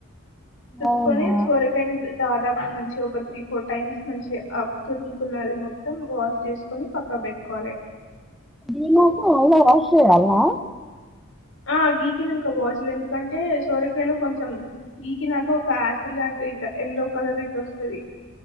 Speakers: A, on the left; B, in the centre.
A: తిప్పుకొని
B: అవునా
A: సోరకాయని దాదాపు మంచి ఒక త్రీ ఫోర్ టైమ్స్ మంచిగా తురుముకున్నది మొత్తం వాష్ చేసుకొని పక్కా పెట్టుకోవాలే
B: గినాక మళ్ళ వాష్ చేయాలా
A: ఆ గీకినంక వాష్ <unintelligible> ఎందుకంటే సోరకాయలో కొంచెం గీకినాక ఒక ఆసిడ్ లాంటి ఇట్ ఎల్లో కలర్ ఇట్ వస్తది